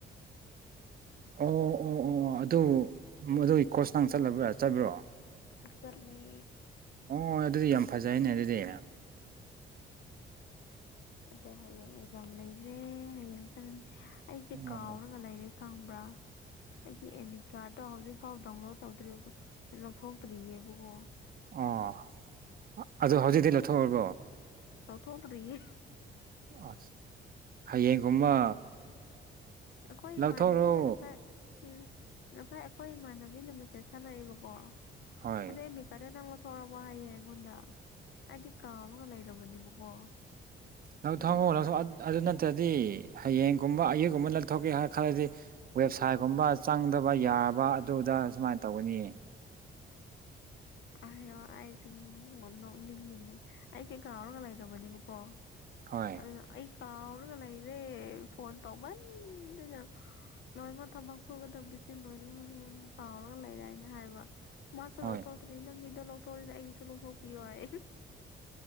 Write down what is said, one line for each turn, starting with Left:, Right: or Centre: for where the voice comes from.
Right: ꯑꯣ ꯑꯣ ꯑꯣ ꯑꯣ ꯑꯗꯨ ꯑꯗꯨꯒꯤ ꯀꯣꯁꯇꯪ ꯆꯠꯂꯕ꯭ꯔꯥ ꯆꯠꯕ꯭ꯔꯣ
Left: ꯆꯂꯦ
Right: ꯑꯣꯣꯏ ꯑꯗꯨꯗꯤ ꯌꯥꯝ ꯐꯖꯩꯅꯦ ꯑꯗꯨꯗꯤ
Left: ꯑꯗ ꯍꯌꯦꯡ ꯑꯦꯛꯖꯥꯝ ꯂꯩꯈ꯭ꯔꯦ ꯍꯌꯦꯡ ꯑꯩꯁꯦ
Right: ꯑꯣ
Left: ꯀꯥꯎꯔꯒ ꯂꯩꯔꯦ ꯈꯪꯕ꯭ꯔꯥ ꯑꯗꯒꯤ ꯑꯦꯂꯤꯀꯥꯗꯣ ꯍꯧꯖꯤꯛ ꯐꯥꯎ ꯗꯥꯎꯟꯂꯣꯗ ꯇꯧꯗ꯭ꯔꯤꯕ ꯂꯧꯊꯣꯛꯇ꯭ꯔꯤꯑꯕꯀꯣ
Right: ꯑꯣ ꯑꯗꯨ ꯍꯧꯖꯤꯛꯇꯤ ꯂꯧꯊꯣꯛꯎꯔꯕꯣ
Left: ꯊꯣ ꯇꯔꯤꯌꯦ
Right: ꯑ ꯍꯌꯦꯡꯒꯨꯝꯕ
Left: ꯑꯩꯣꯏ
Right: ꯂꯧꯊꯣꯛꯔꯣ
Left: ꯏꯃꯥꯟꯗ ꯃꯤꯅꯦꯒꯁ ꯎꯝ ꯉ ꯐꯥꯏ ꯑꯩꯈꯣꯏ ꯏꯃꯥꯟꯅꯕꯤꯅ ꯃꯦꯁꯦꯁ ꯊꯥꯔꯛꯏꯕꯀꯣ
Right: ꯍꯣꯏ
Left: ꯑꯗ ꯏꯃꯤꯀꯥꯗ ꯅꯪ ꯊꯣꯔꯛꯃꯣ ꯍꯥꯏꯌꯦꯦ ꯑꯩꯉꯣꯟꯗ ꯑꯩꯗꯤ ꯀꯥꯎꯔꯒ ꯂꯩꯔꯕꯅꯦꯕꯀꯣ
Right: ꯂꯧ
Left: ꯑꯗꯨꯗ
Right: ꯊꯣꯡꯉ ꯂꯧ ꯑꯗꯨ ꯅꯠꯇ꯭ꯔꯗꯤ ꯍꯌꯦꯡꯒꯨꯝꯕ ꯑꯌꯨꯛꯒꯨꯝꯕ ꯂꯧꯊꯣꯛꯀꯦ ꯍꯥꯏ ꯈꯜꯂꯗꯤ ꯋꯦꯕꯁꯥꯏꯠꯒꯨꯝꯕ ꯆꯪꯗꯕ ꯌꯥꯕ ꯑꯗꯨꯗ ꯑ ꯁꯨꯃꯥꯏꯅ ꯇꯧꯒꯅꯤꯌꯦ
Left: ꯑꯔꯣ ꯑꯩꯁꯦ ꯅꯣꯛꯅꯤꯡꯉꯤꯅꯦ ꯑꯩꯁꯦ ꯀꯥꯎꯔꯒ ꯂꯩꯔꯕꯅꯦꯕꯀꯣ
Right: ꯍꯣꯏ
Left: ꯑꯗꯨꯅ ꯑꯩ ꯀꯥꯎꯔꯒ ꯂꯩꯔꯦ ꯐꯣꯟ ꯇꯧꯃꯟꯗꯅ ꯂꯣꯏꯅꯃꯛ ꯊꯕꯛ ꯁꯨꯒꯗꯕꯁ ꯂꯣꯏꯅꯃꯛ ꯐ ꯑꯗꯨꯝ ꯀꯥꯎꯔꯒ ꯂꯩꯔꯦ ꯍꯥꯏꯅ ꯍꯥꯏꯕ ꯃꯥꯁꯨ
Right: ꯍꯣꯏ
Left: ꯂꯧꯊꯣꯛꯇ꯭ꯔꯤ ꯅꯪꯒꯤꯗꯣ ꯂꯧꯊꯣꯛꯔꯤꯗ ꯑꯩꯒꯤꯁꯨ ꯂꯧꯊꯣꯛꯄꯤꯌꯣ ꯍꯥꯏ